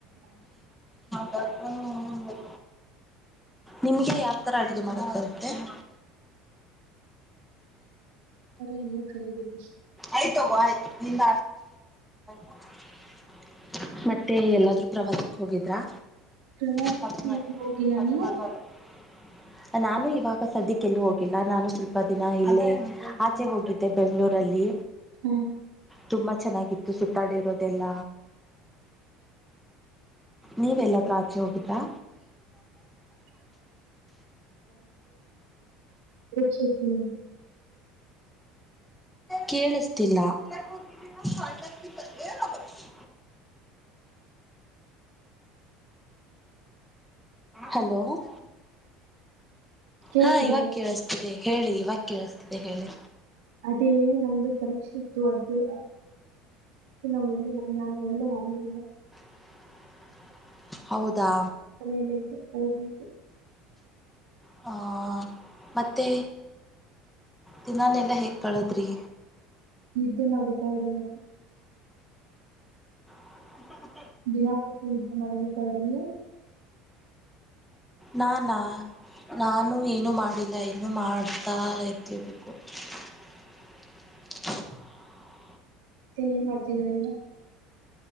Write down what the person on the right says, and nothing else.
ಅ್ರ ಇಲ್ಲೇ ಕಲಿಬೇಕು <unintelligible>
ಪ್ರವಾಸಕ್ಕೆ
ಏನು ಹೋಗಿಲ್ಲ ನೀವು
ಹಾ
ಒ ಶ <unintelligible>
ಕೇಳಿಸ್ತಿದೀಯ
ಅದೇ ನಮ್ದು ಪರೀಕ್ಷೆ ಇತ್ತು ಅದು ನಾವ ಎಲ್ಲಿ ಹೋಗ ನಾನು ಎಲ್ಲೂ ಹೋಗ್ಲ ಇಲ್ಲ <unintelligible>
ಅದಲ್ಲ ಓದಲಿ <inaudible>
ನಿದ್ದೆ ಮಾಡಿಕೊಳ್ಳಳ ಇವತ್ತು
ದಿನ ಪೂರ್ತಿ ನಿದ್ದೆ ಮಾಡಿ ಕರೆದಿದ್ದೇನೆ
ಮತ್ತೆ ಏನು ಮಾಡತಿದಿರಾ ಈಗ